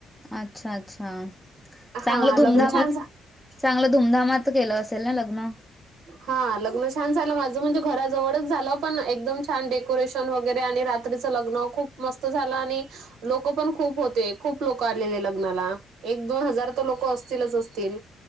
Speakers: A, in the centre; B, on the right.
A: अच्छा, अच्छा. चांगलं
B: हां, लग्न
A: धूमधामात
B: छान
A: चांगलं धूमधामात केलं असेल ना लग्न?
B: हा लग्न छान झालं माझ म्हणजे घराजवळच झालं पण एकदम छान डेकोरेशन वगैरे आणि रा रात्रीच लग्न खूप मस्त झालं आणि लोक पण खूप होते. खूप लोक आलेले लग्नाला, एक दोन हजार तर लोक असतीलच असतील.